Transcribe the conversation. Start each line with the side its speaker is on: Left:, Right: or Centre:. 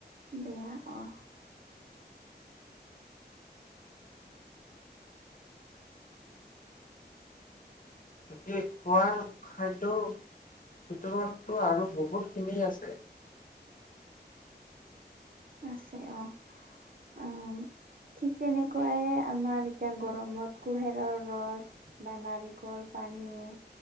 Right: বেয়া অ
Left: বাকী খোৱা খাদ্যৰ ভিতৰতটো আৰু বহুত খিনি আছে৷
Right: আছে অহ', অহ', ঠিক তেনেকৈ আমাৰ এতিয়া গৰমত কুহিয়াৰ ৰচ বা নাৰিকল পানী